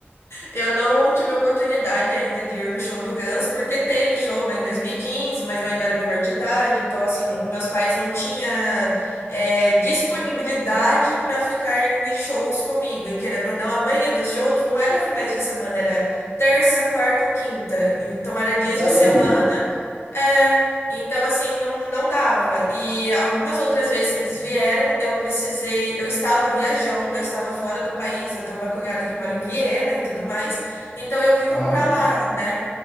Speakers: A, on the left; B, on the right.
A: eu não tive oportunidade ainda de ir no show do Guns, porque teve show, né, em 2015, mas eu ainda era menor de idade, então assim, n- meus pais não tinham é, disponibilidade para ficar indo em shows comigo. E querendo ou não, a maioria dos shows não era finais de semana, era terça, quarta ou quinta. Então era dias
B: É
A: de semana
B: mesmo?
A: É, então assim, não, não dava. E algumas outras vezes que eles vieram, eu precisei, eu estava viajando, eu estava fora do país, eu tenho uma cunhada que mora em Viena e tudo mais, então eu vivo
B: Aham.
A: pra lá, né?